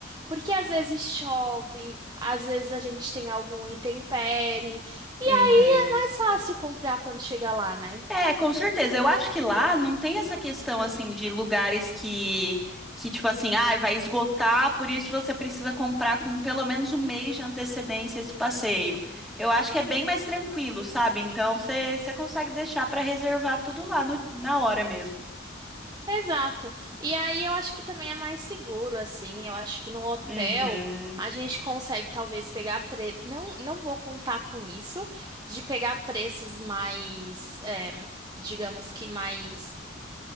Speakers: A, on the right (about 20°); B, in the centre.
A: porque às vezes chove, às vezes a gente tem algum intempérie, e aí
B: Uhum.
A: é mais fácil comprar quando chega lá, né?
B: É, com certeza. Eu acho que lá não tem essa questão assim de lugares que que tipo assim, ah, vai esgotar, por isso você precisa comprar com pelo menos um mês de antecedência esse passeio. Eu acho que é bem mais tranquilo, sabe? Então você você consegue deixar para reservar tudo lá no- na hora mesmo.
A: Exato. E aí eu acho que também é mais seguro, assim. Eu acho que no hotel
B: Uhum,
A: a gente consegue talvez pegar preço. Não, não vou contar com isso, de pegar preços mais, é, digamos que mais